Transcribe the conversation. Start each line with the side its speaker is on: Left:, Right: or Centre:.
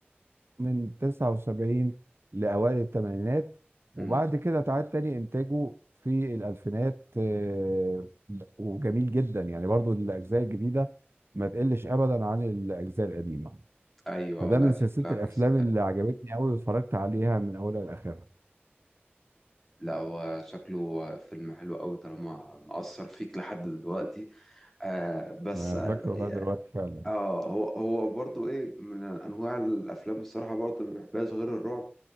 Right: من 79 لأوائل الثمانينات وبعد
Centre: أمم.
Right: كده تعاد تاني إنتاجه في الألفينات آه، وجميل جدا يعني برضو الأجزاء الجديدة ما تقلش أبدا عن الأجزاء القديمة
Centre: ايوه
Right: فده
Centre: لا
Right: من
Centre: شكلها
Right: سلسلة الأفلام
Centre: قصة
Right: اللي
Centre: حلوة
Right: عجبتني أوي واتفرجت عليها من أولها لآخرها
Centre: لا هو شكله فيلم حلو قوي طالما مأثر فيك لحد دلوقتي آه بس
Right: أنا
Centre: اه
Right: فاكره لغاية دلوقتي فعلا
Centre: آه، هو هو برضو ايه من انواع الافلام الصراحة برضو اللي بحبها غير الرعب